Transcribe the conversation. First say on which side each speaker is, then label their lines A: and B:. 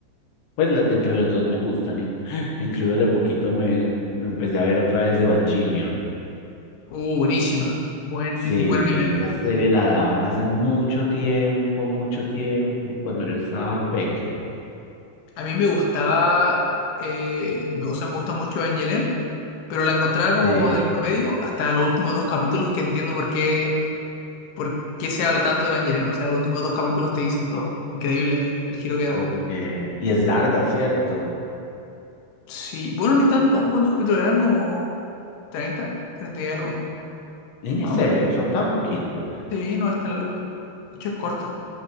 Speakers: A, on the left; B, on the left.
A: Pues la- entre los dos me gustan. Inc- <gasps> Incluso de poquito me me empecé a ver otra vez Evangelion.
B: Uh, buenísima. Buen,
A: Sí,
B: buen anime.
A: esa serie la daban hace mucho tiempo, mucho tiempo, cuando yo estaba peque.
B: A mí me gustaba, eh, me, o sea, me gusta mucho Evangelion, pero la encontraba como
A: Sí,
B: del promedio hasta los últimos dos capítulos que entiendo por qué, por qué se habla tanto de Evangelion. O sea, los últimos dos capítulos te dicen todo. Increíble el giro que da.
A: ok. Y es larga, ¿cierto?
B: Sí, bueno, ni tanto. ¿Cuántos capítulos eran? ¿Como 30, 30 y algo?
A: En
B: Más
A: serio,
B: o menos.
A: son tan poquitos.
B: Sí, no es tan larga. De hecho, es corta.